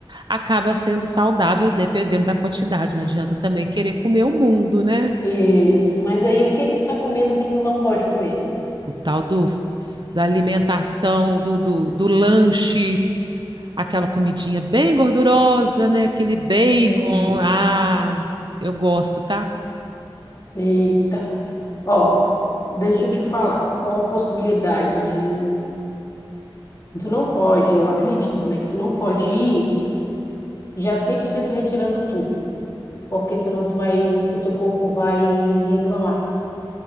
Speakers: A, on the right; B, on the left.
A: acaba sendo saudável dependendo da quantidade. Não adianta também querer comer o mundo, né?
B: Isso, mas aí o que que tu tá comendo que tu não pode comer?
A: O tal do, da alimentação, do, do, do lanche, aquela comidinha bem gordurosa, né? Aquele bacon.
B: Hum,
A: Ah, eu gosto, tá?
B: eita. Ó, deixa eu te falar. Qual a possibilidade de Tu não pode, eu acredito, né? Que tu não pode ir já 100% retirando tudo, porque senão tu vai, o teu corpo vai reclamar.